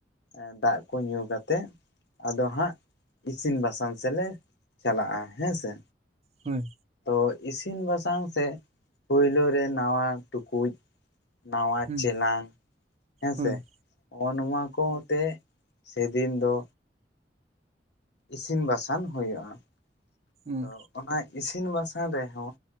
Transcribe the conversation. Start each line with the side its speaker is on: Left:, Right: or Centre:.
Left: ᱮᱸ ᱫᱟᱜ ᱠᱚ ᱧᱩ ᱠᱟᱛᱮᱜ ᱟᱫᱚ ᱦᱟᱸᱜ ᱤᱥᱤᱱ ᱵᱟᱥᱟᱝ ᱥᱮ ᱞᱮ ᱪᱟᱞᱟᱜᱼᱟ ᱦᱮᱸ ᱥᱮ
Right: ᱦᱳᱭ
Left: ᱛᱚ ᱤᱥᱤᱱ ᱵᱟᱥᱟᱝ ᱥᱮᱜ ᱯᱳᱭᱞᱳ ᱨᱮ ᱱᱟᱣᱟ ᱴᱩᱠᱩᱡ ᱱᱟᱣᱟ
Right: ᱦᱩᱸ
Left: ᱪᱮᱞᱟᱝ
Right: ᱦᱳᱭ ᱦᱩᱸ ᱚ ᱦᱩᱸ
Left: ᱦᱮᱸ
Right: ᱦᱳᱭ
Left: ᱥᱮ
Right: ᱦᱳᱭ ᱦᱩᱸ
Left: ᱱᱚᱜᱼᱚ ᱱᱚᱣᱟ ᱠᱚ ᱟᱛᱮ ᱥᱮᱫᱤᱱ ᱫᱚ ᱤᱥᱤᱱ ᱵᱟᱥᱟᱝ ᱦᱳᱭᱳᱜᱼᱟ
Right: ᱦᱩᱸ
Left: ᱛᱚ
Right: ᱦᱳᱭ
Left: ᱚᱱᱟ ᱤᱥᱤᱱ ᱵᱟᱥᱟᱝ ᱨᱮᱦᱚᱸ